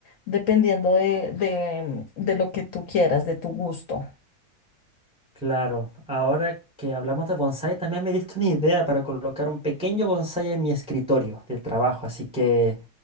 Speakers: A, on the left; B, in the centre.
A: dependiendo de, de, de lo que tú quieras, de tu gusto.
B: Claro, ahora que hablamos de bonsái, también me diste una idea para colocar un pequeño bonsái en mi escritorio de trabajo. Así que